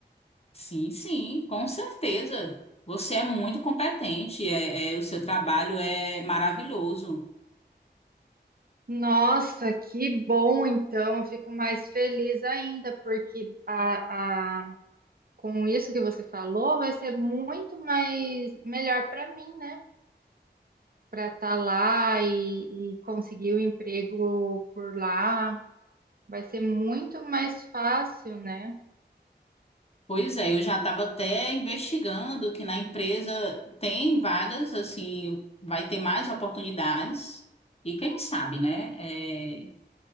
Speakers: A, on the left; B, on the right.
A: Sim, sim, com certeza. Você é muito competente, é, é- o seu trabalho é maravilhoso.
B: Nossa, que bom então. Eu fico mais feliz ainda, porque a, a- com isso que você falou, vai ser muito mais melhor para mim, né? Para estar lá e, e conseguir o emprego por lá. Vai ser muito mais fácil, né?
A: Pois é, eu já estava até investigando que na empresa tem vagas, assim, vai ter mais oportunidades. E quem sabe, né? é,